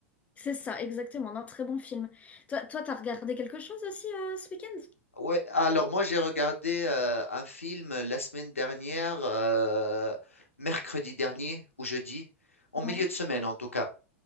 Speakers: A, on the left; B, on the left.
A: C'est ça, exactement. Non, très bon film. Toi, toi, t'as regardé quelque chose aussi euh, ce week-end?
B: Ouais, alors moi j'ai regardé euh, un film la semaine dernière, euh, mercredi dernier ou jeudi, en milieu
A: Ouais,
B: de semaine en tout cas.